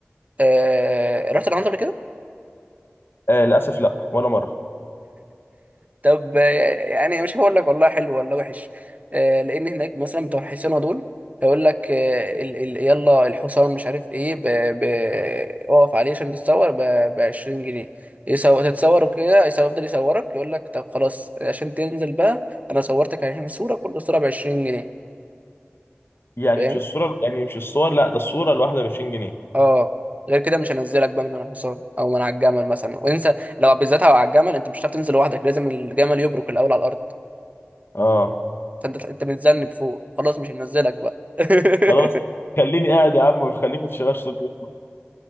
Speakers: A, on the right; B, on the left.
A: آه رحت الاهرامات قبل كده
B: آه، للاسف لا ولا مره
A: طب آه، يعني مش هقول لك والله حلو ولا وحش آه، لان هناك مثلا بتوع الحصانه دول هيقول لك آه، ال ال يلا الحصان مش عارف ايه ب ب اقف عليه عشان تتصور ب 20 جنيه يصور تتصور وكده يصور- يفضل يصورك يقول لك طب خلاص عشان تنزل بقى انا صورتك عشان صوره كل صوره ب 20 جنيه
B: يعني
A: فاهم
B: مش الصوره يعني مش الصور لا ده الصوره الواحده ب 20 جنيه
A: اه غير كده مش هنزلك بقى من على الحصان او من على الجمل مثلا وانسى لو بالذات على الجمل انت مش هتعرف تنزل لوحدك لازم الجمل يبرك الاول على الارض
B: اه
A: فانت انت بتذنب فوق خلاص مش هنزلك بقى <laughs>
B: خلاص خليني قاعد يا عم خليك ما تشتغلش طول اليوم